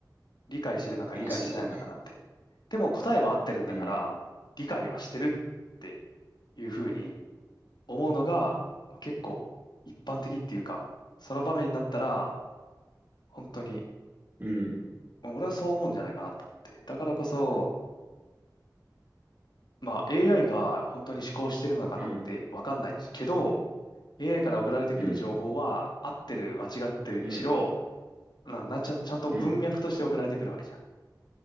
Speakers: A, on the left; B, on the right.
A: 理解してるのか理解してないのかなんて。
B: まあそうだね。
A: でも答えは合ってるんだから、
B: うん、
A: 理解はしてるっていうふうに思うのが、結構一般的っていうか、その場面になったら、本当に、
B: うん、
A: まあ俺はそう思うんじゃないかなと思って。だからこそ、まあ AI が本当に思考してるのかなんてわかんないけど、
B: うん、
A: AI から送られてくる情報は、
B: うん、
A: 合ってる、間違ってるにしろ、
B: うん、
A: な、なんちゃ、ちゃんと文脈として送られてくるわけじゃ
B: うん、